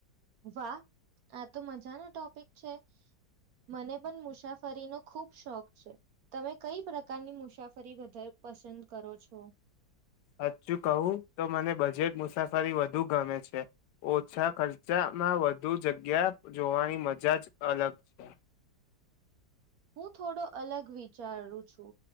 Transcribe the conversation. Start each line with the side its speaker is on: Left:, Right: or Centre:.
Right: વાહ! આ તો મજાનો ટોપિક છે, મને પણ મુસાફરીનો ખુબ શોખ છે, તમે કઈ પ્રકારની મુસાફરી વધારે પસંદ કરો છો?
Left: સાચું કહું તો મને બજેટ મુસાફરી વધુ ગમે છે, ઓછા ખર્ચામાં વધુ જગ્યા જોવાની મજા જ અલગ છે.
Right: હું થોડો અલગ વિચારું છું,